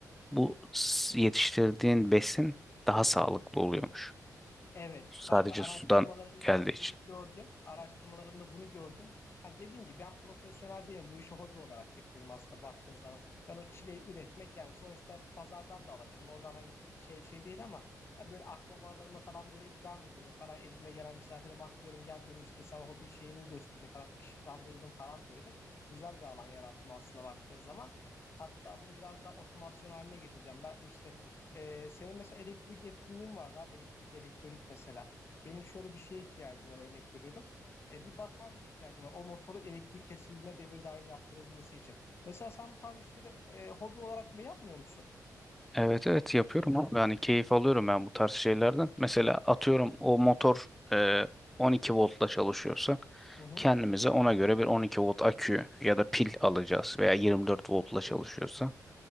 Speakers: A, in the centre; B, on the left.
A: bu s- yetiştirdiğin besin daha sağlıklı oluyormuş.
B: Evet,
A: Sadece
B: ben de araştırmalarımda
A: sudan geldiği
B: bunu
A: için.
B: gördüm. Araştırmalarımda bunu gördüm. Hani dediğim gibi ben profesyonel değilim. Bu işi hobi olarak yapıyorum aslında baktığın zaman. Ben o çileyi üretmek yani sonuçta pazardan da alabilirim. Oradan hani şey şey değil ama e, böyle akrabalarıma falan böyle ikram ediyorum falan. Evime gelen misafire bak diyorum gel benim işte sana hobi şeyini göstereyim falan. Işıklandırdım falan böyle. Güzel bir alan yarattım aslında baktığın zaman. Hatta bunu biraz daha otomasyon haline getireceğim. Ben işte ee, senin mesela elektrik yetkinliğin vardı abi elektrik elektronik mesela. Benim şöyle bir şeye ihtiyacım var örnek veriyorum. Ee, bir batarya ihtiyacım var. O motoru elektrik kesildiğine devir daim yaptırabilmesi için. Mesela sen bu tarz işleri e, hobi olarak bile yapmıyor musun?
A: Evet evet yapıyorum abi. Yani keyif alıyorum ben bu tarz şeylerden. Mesela atıyorum o motor e, 12 voltla çalışıyorsa
B: Hı hı.
A: kendimize ona göre bir 12 volt akü ya da pil alacağız veya 24 voltla çalışıyorsa